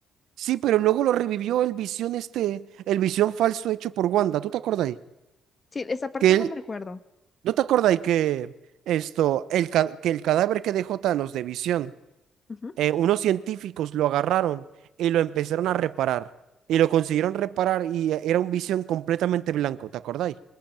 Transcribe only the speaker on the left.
Sí, esa parte
no me acuerdo.
Ujú.